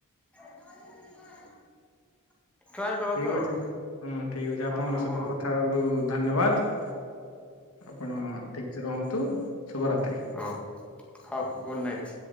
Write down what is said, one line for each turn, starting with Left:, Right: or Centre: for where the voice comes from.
Centre: <unintelligible> କରନ୍ତୁ
Left: ଠିକ
Centre: ଆଉ
Left: ଅଛ ହୁଁ ଠିକ ଅଛି
Centre: ଭଲ
Left: ଆପଣଙ୍କ
Centre: ହବ
Left: ସହିତ
Centre: ଆଉ
Left: କଥାବାରୁ ଧନ୍ୟବାଦ। ଆପଣ ଠିକ ସେ ରୁହନ୍ତୁ। ଶୁଭରାତ୍ରି।
Centre: ହଁ ହଉ ଗୁଡ଼ ନାଇଟ୍।